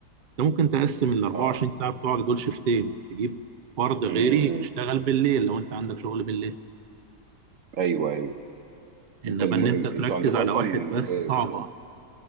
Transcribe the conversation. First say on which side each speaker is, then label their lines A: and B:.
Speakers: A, on the right; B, on the right.
A: انت ممكن تقسم ال 24
B: اه
A: ساعه بتوعك دول شيفتين تجيب فرد غيري
B: امم أمم.
A: يشتغل بالليل لو انت عندك شغل بالليل
B: ايوه ايوه
A: انما
B: انت الم...
A: ان انت تركز
B: انتوا عندكم
A: على
B: اصلا
A: واحد بس
B: ب... بت...
A: صعبه